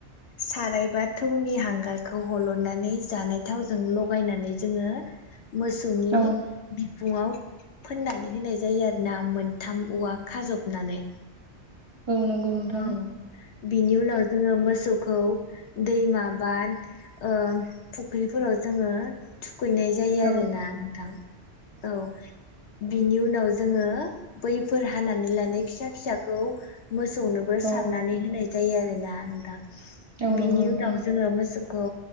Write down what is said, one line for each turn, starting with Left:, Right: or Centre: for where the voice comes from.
Left: सारायबा थौनि हांगारखौ हलननानै जानाय थावजों लगायनानै जोङो मोसौनि
Right: औ
Left: फुंआव फोननानै होनाय जायो आरो ना मोनथाम औवा खाजबनानै
Right: औ नंगौ नोंथां
Left: औ बिनि उनाव जोङो मोसौखौ दैमा बा ओ फुख्रिफोराव जोङो थुखैनाय जायो
Right: औ
Left: आरो ना नोंथां औ बिनि उनाव जोङो बैफोर हानानै लानाय फिसा फिसाखौ मोसौनोबो
Right: औ
Left: सारनानै होनाय जायो आरोना नोंथां
Right: औ
Left: बिनि
Right: नंगौ नोंथां
Left: उनाव जोङो मोसौ खौ